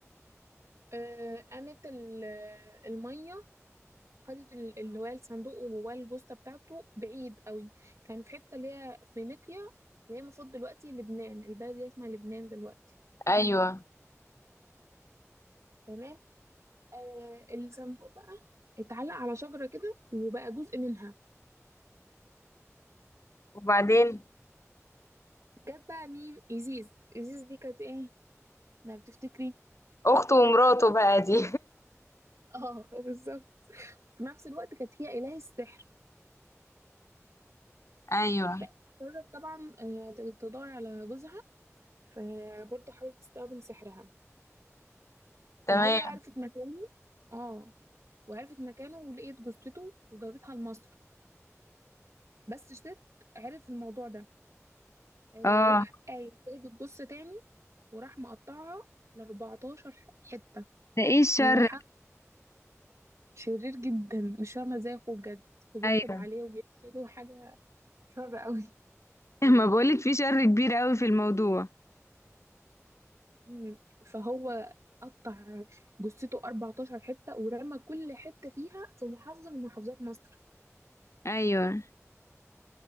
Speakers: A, on the right (about 65°); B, on the left (about 60°).
A: آه، قامت ال- المية خدت ال- اللي هو الصندوق وجواه الجثة بتاعته بعيد قوي كان في حتة اللي هي فينيقيا اللي هي المفروض دلوقتي لبنان البلد دي اسمها لبنان دلوقتي
B: ايوه
A: تمام آه الصندوق بقى اتعلق على شجرة كده وبقى جزء منها
B: وبعدين
A: جت بقى مين إيزيس إيزيس دي كانت ايه لو بتفتكري
B: اخته ومراته بقى دي
A: اه بالظبط في نفس الوقت كانت هي إله السحر
B: <laughs> ايوه
A: فقررت طبعا آه، تدور على جوزها فبرضه حاولت تستخدم سحرها فهي
B: تمام
A: عرفت مكانه اه وعرفت مكانه ولقيت جثته وجابتها لمصر بس ست عرف الموضوع ده آه،
B: اه
A: راح قايم جايب الجثة تاني وراح مقطعها ل 14 حتة
B: ده ايه الشر
A: وح...
B: ده؟
A: شرير جدا مش فاهمة ازاي اخوه بجد وبيحقد
B: ايوه
A: عليه وبيحسده حاجة شر قوي
B: <laughs> ما بقولك في شر كبير قوي في الموضوع
A: مم. فهو قطع جثته 14 حتة ورمى كل حتة فيها في محافظة من محافظات مصر
B: ايوه